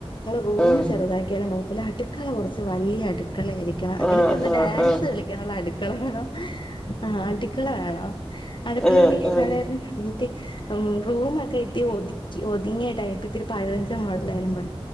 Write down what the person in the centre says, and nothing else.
ആഹ്
ആഹ് ആഹ്
ആഹ്
ആഹ് ആഹ്
ആഹ് ആഹ്